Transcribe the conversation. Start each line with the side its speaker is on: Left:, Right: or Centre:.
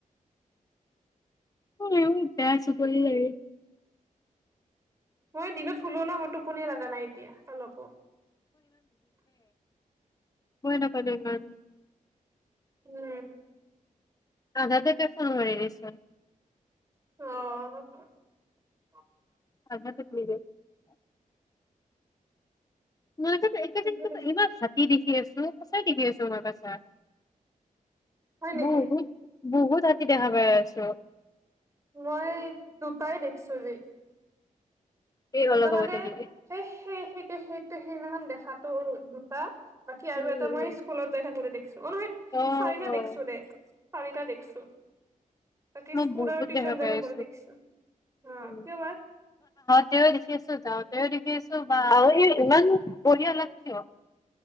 Left: তয়াছ কৰি ল <inaudible>
Right: মই দিনত শুলোঁ ন, মোৰ টোপনি লাগা নাই এতিয়া অলপো।
Left: কই নাপ দে মমান <inaudible>
Right: উম! !
Left: আধাতে তাই ফোন মাৰি দিছে।
Right: অ'।
Left: <unintelligible> মইজ একে
Right: ঠিকে
Left: যেিন কি
Right: দেচোন
Left: ক্ষতি দিছ <inaudible> তিকি আছো, সঁচাই তিকি আছো ম পচা।
Right: হয় নেকি
Left: বহুত, বহুত আ কেতিয়া, ভাৱে
Right: মই দুটাই দেখ চজি
Left: এই
Right: দুটা
Left: অলপ
Right: মানে
Left: আগতে নেকি
Right: সেই-সেই-সেই-সেই সেইদিনাখন দেখাতো দুটা বাকী আৰু
Left: উম
Right: এটা মই
Left: উম
Right: স্কুলত যাই থাকোতে দেখিছো অ', নহয়
Left: অ',
Right: চাৰিটা দেখছো দে। চাৰিটা দেখছো। বাকি
Left: মই
Right: স্কুল
Left: বহুত
Right: আৰু টিউশন
Left: দেখা
Right: যাই
Left: পাই
Right: থাকোতে
Left: আছো।
Right: দেখছো, হম,
Left: উম,
Right: কিয় বা?
Left: <unintelligible> <unintelligible> দেখি আছো বা <unintelligible> ইমান বঢ়িয়া লাগছি।